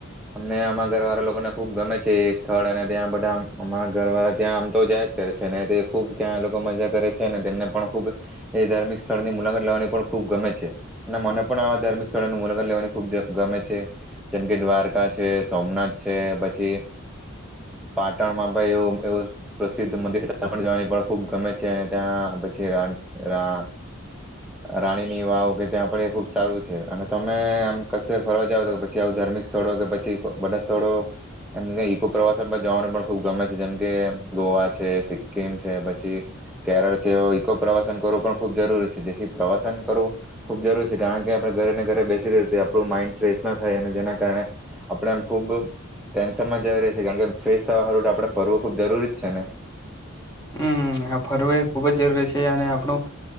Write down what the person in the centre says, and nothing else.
અમને અ ઘરવાળા લોકોને ખુબ ગમે છે એ સ્થળ અને ત્યાં બધા અમારા ઘરવાળા ત્યાં આમ તો જયા જ કરે છે ને તે ખુબ ત્યાં લોકો મજા કરે છે અને તેમને પણ ખુબ એ ધાર્મિક સ્થળની મુલાકાત લાવવાની ખૂબ ગમે છે અને મને પણ આવા ધાર્મિક સ્થળો મુલાકાત લેવાની ખૂબ ગમે છે જેમ કે દ્વારકા છે સોમનાથ છે પછી પાટણમાં પણ એવું એવું પ્રસિદ્ધ મંદિર જવાની પણ ખૂબ ગમે છે અને ત્યાં પછી રાણીની વાવ કે ત્યાં પણ એ ખુબ સારું છે અને તમે આમ કશે ફરવા જાવ તો પછી આવું ધાર્મિક સ્થળો કે પછી બધા સ્થળો એમ ઈકો પ્રવાસન પર જવાનું પણ ખુબ ગમે છે જેમ કે ગોવા છે સિક્કિમ છે પછી કેરળ છે એ ઈકો પ્રવાસન કરવું પણ ખૂબ જરૂરી છે જેથી પ્રવાસન કરવું ખૂબ જરૂરી છે કારણ કે આપણે ઘરેને ઘરે બેસી રીએ તે આપણું માઈન્ડ ફ્રેશ ના થાય અને જેના કારણે આપણે આમ ખૂબ ટેન્શન માં <inaudible> કારણ કે ફ્રેશ થવાળું તો આપણે ફરવું ખૂબ જરૂરી જ છે ને?